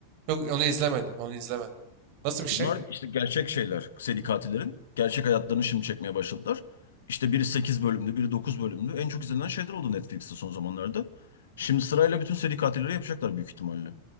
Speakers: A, on the right; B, on the left.
A: Yok onu izlemedim. Onu izlemedim. Nasıl bir şey?
B: Bunlar işte gerçek şeyler. Seri katillerin. Gerçek hayatlarını şimdi çekmeye başladılar. İşte biri 8 bölümlü, biri 9 bölümlü. En çok izlenen şeyler oldu Netflix'te son zamanlarda. Şimdi sırayla bütün seri katilleri yapacaklar büyük ihtimalle.